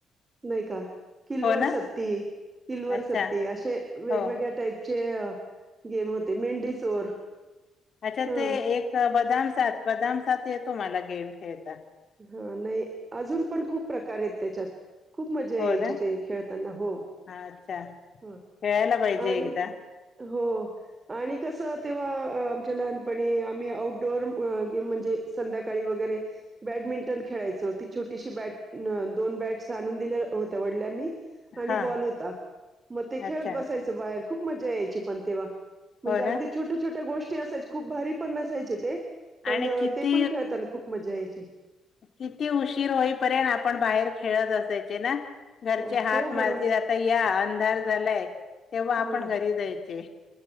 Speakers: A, on the right; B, on the left.
A: नाही का. किलवर
B: हो ना
A: सत्ती, किलवर
B: अच्छा
A: सत्ती असे वेगवेगळ्या
B: हो
A: टाईप चे गेम होते मेंढी चोर.
B: अच्छा
A: ह
B: ते एक बदाम, सात बदाम सात येतो मला गेम खेळता.
A: हा नाही अजून पण खूप प्रकार आहेत त्याच्यात. खूप मजा
B: हो
A: यायची
B: ना
A: ते खेळताना हो
B: अच्छा
A: ह
B: खेळायला पाहिजे
A: आणि
B: एकदा
A: हो आणि कसं तेव्हा आमच्या लहानपणी आम्ही आउटडोअर गेम म्हणजे संध्याकाळी वगैरे बॅडमिंटन खेळायचं होती छोटीशी बॅट दोन बॅट्स आणून दिल्या होत्या वडिलांनी आणि
B: हा
A: बॉल होता मग ते खेळत
B: अच्छा
A: बसायचं बाहेर खूप मजा यायची पण तेव्हा. म्हणजे
B: हो
A: अगदी
B: ना
A: छोट्या छोट्या गोष्टी असायच्या खूप भारी पण नसायचे ते पण
B: आणि किती
A: ते पण खेळताना खूप खूप मजा यायची.
B: किती उशीर होईपर्यंत आपण बाहेर खेळत असायचे ना. घरचे
A: हो,
B: हाक
A: हो, बरोबर.
B: मारतील आता या, अंधार झालाय. तेव्हा
A: हो,
B: आपण
A: हो,
B: घरी जायचे.